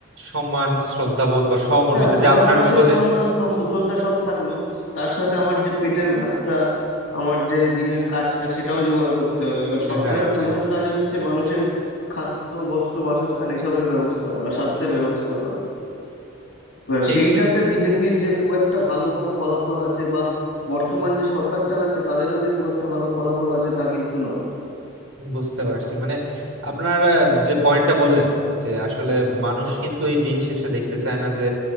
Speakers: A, on the right; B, on the left.
A: সম্মান শ্রদ্ধাবোধ বা সহমর্মিতা
B: হ্যাঁ
A: যে
B: পরস্পরের
A: আপনার বিপদে
B: সাথে সম্মান শ্রম- শ্রদ্ধা সব থাকলো তার সাথে আমার যে পেটের ভাতটা আমার যে দিনের কাজটা সেটাও জোগাড় করতে হবে এবার সরকারের
A: Right
B: প্রধান
A: right
B: কাজ হচ্ছে মানুষের খাদ্য বস্ত্র বাসস্থান এসবের ব্যবস্থা করা স্বাস্থ্যের ব্যবস্থা করা এবার
A: ঠিক
B: সেইটাতে বিজেপির যে খুব একটা ভালো কোনো ফলাফল আছে বা বর্তমান যে সরকার চালাচ্ছে তাদেরও যে খুব একটা ভালো ফলাফল আছে তা কিন্তু নয়
A: বুঝতে পারছি মানে আপনার আহ, যে পয়েন্টটা বললেন যে আসলে মানুষ কিন্তু এই দিন শেষে দেখতে চায় না যে